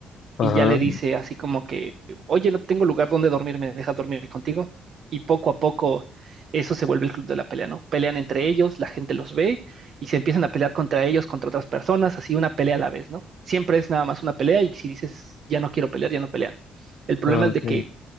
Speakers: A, on the left; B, on the right.
A: ajá,
B: y ya le dice así como que, oye, no tengo lugar donde dormir, ¿me dejas dormir contigo? Y poco a poco eso se vuelve el club de la pelea, ¿no? Pelean entre ellos, la gente los ve y se empiezan a pelear contra ellos, contra otras personas, así una pelea a la vez, ¿no? Siempre es nada más una pelea y si dices, ya no quiero pelear, ya no pelean. El problema
A: ah,
B: es
A: ok.
B: de que